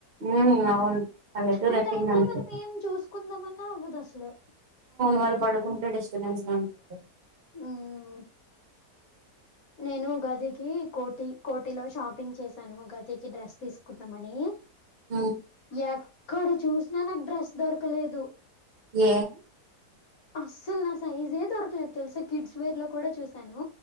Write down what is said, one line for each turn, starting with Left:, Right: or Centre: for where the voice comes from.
Right: ఉ అవును పల్లెటూరు
Left: ఆ
Right: ఎట్టింగ్
Left: టైమ్ లో
Right: అంతే
Left: మనం ఏం చూసుకుందామన్నా అవ్వదు అసలు
Right: వాళ్ళు పడుకుంటే డిస్టబెన్స్గాంటంది
Left: ఉమ్ నేను ఉగాదికి కోటి కోటిలో షాపింగ్ చేశాను ఉగాది డ్రెస్ తీసుకుందామని
Right: ఉమ్
Left: యా క్కడ చూసినా నాకు డ్రెస్ దొరకలేదు
Right: ఏ
Left: అస్సలు నా సైజే దొరకలేదు తెలుసా కిడ్స్ వేర్ లో కూడా చూసాను